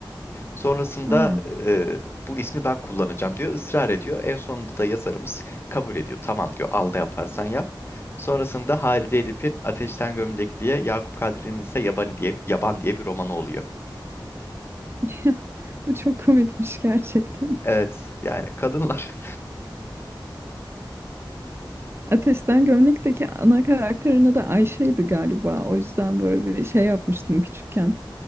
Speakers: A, on the left; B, on the right.
A: Sonrasında
B: Aa,
A: e, bu ismi ben kullanacağım diyor. ısrar ediyor. En sonunda da yazarımız kabul ediyor. Tamam diyor al ne yaparsan yap. Sonrasında Halide Edip'in Ateşten Gömlek diye Yakup Kadri'nin ise Yaban diye, Yaban diye bir romanı oluyor.
B: <laughs> Bu çok komikmiş gerçekten.
A: Evet yani kadınlar
B: Ateşten Gömlek'teki ana karakterin adı Ayşe'ydi galiba. O yüzden böyle bir şey yapmıştım küçükken.